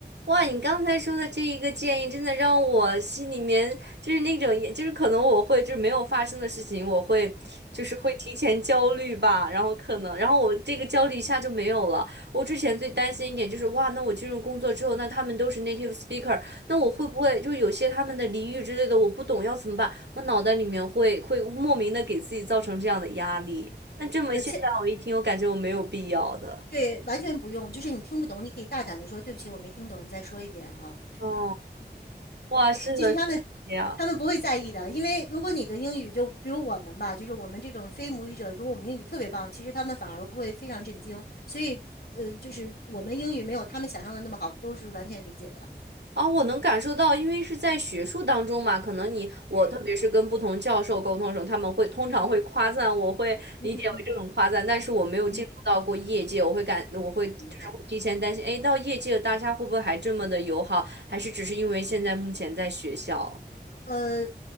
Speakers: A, on the right; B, on the left.
A: 哇，你刚才说的这一个建议，真的让我心里面就是那种，也就是可能我会就是没有发生的事情，我会就是会提前焦虑吧，然后可能，然后我这个焦虑一下就没有了。我之前最担心一点就是，哇，那我进入工作之后，那他们都是 native speaker，那我会不会就有些他们的俚语之类的我不懂要怎么办？
B: 嗯，
A: 我脑袋里面会会莫名的给自己造成这样的压力。那这么现在我一听，
B: 而且
A: 我感觉我没有必要的。
B: 对，完全不用，就是你听不懂，你可以大胆的说对不起，我没听懂，你再说一遍啊。
A: 哦，哇，是的，
B: 其实他们
A: 是这样。
B: 他们不会在意的，因为如果你的英语就比如我们吧，就是我们这种非母语者，如果我们英语特别棒，其实他们反而会非常震惊。所以呃，就是我们英语没有他们想象的那么好，都是完全理解的。
A: 啊，我能感受到，因为是在学术当中嘛，可能你我特别是跟不同教授沟通的时候，
B: 对，
A: 他们会通常会夸赞，
B: 嗯
A: 我会理解为这种夸赞，
B: 嗯嗯嗯嗯
A: 但是我没有进入到过业界，
B: 嗯，
A: 我会感我会就是会提前担心，
B: 明白。
A: 哎，到业界大家会不会还这么的友好，还是只是因为现在目前在学校？
B: 呃，